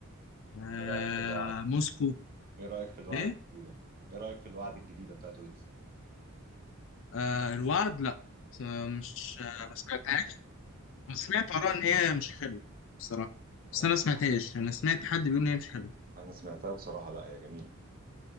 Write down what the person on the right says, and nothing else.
ايه رايك في الوعد؟
ايه رايك في الوعد
الجديده؟ ايه رايك في الوعد الجديده بتاعت ويجز؟
نعم.
انا سمعتها بصراحه لا هي جميله